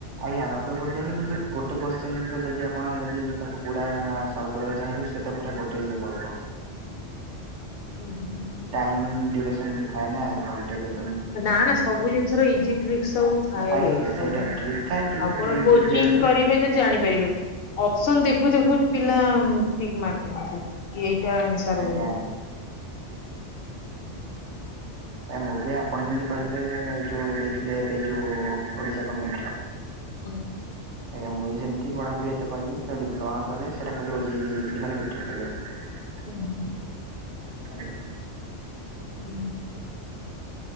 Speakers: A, on the right; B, on the left.
A: ଆଜ୍ଞା ରବେ କରିଦିଅନ୍ତି କିନ୍ତୁ ଗୋଟେ କୋଶ୍ଚନ ଯଦି ଆପଣ ଯଦି ତାକୁ ପୁରା ସବୁ କରିବାକୁ ଚାହିଁବ ସେ ତ ପୁରା ଗୋଟେ ସୁଦ୍ଧା ପଳେଇ ବ
B: ହୁଁ ହୁଁ।
A: ଟାଇମ୍ ଡିରେସନ୍ ବି ଥାଏ ନା ଘଣ୍ଟେ କେତ
B: ନା ନା ସବୁ ଜିନିଷର ଇଜି ଟ୍ରିକ୍ ସବୁ ଥାଏୁ।
A: ଆଜ୍ଞା ଆଜ୍ଞା
B: ସବୁ
A: ସେଇଟା ଟ୍ରିକ୍ ଥାଏ କିନ୍ତୁ
B: ଆପଣ
A: ଟ୍ରିକ୍
B: କ
A: ଯେହେତୁ
B: ଚିଙ୍ଗ କରିବେ ଯଦି ଜାଣିପାରିବେ। ଅପସନ ଦେଖୁ ଦେଖୁ ପିଲା ଟିକ୍ ମାରି ଦିଅନ୍ତି କି ଏଇଟା ଆନ୍ସର
A: ଆଜ୍ଞା
B: ବୋଲି।
A: ଆଜ୍ଞା ଆ ମୁଁ ବି ଆପଣ ଯେମିତି କହିଲେ ଏ ଯୋଉ ଦେଇଥିଲେ ଏବେ ଯୋଉ ଓଡିଶା ଗୋର୍ମେଟ ର
B: ହୁଁ।
A: ଆଜ୍ଞା। ମୁଁ ବି ସେମିତି ପଢାପଢି ଏତ ପାରିନି ତ ଡିପ୍ଲୋମା ପରେ ସେଟା ଖାଲି ଓଜେଇ ଦେଇ ଦେଇଥିଲି ଖାଲି ବିଟେକ୍ କରିବା ପାଇଁ।
B: ହୁଁ ହୁଁ।
A: ଆଜ୍ଞା।
B: ହୁଁ।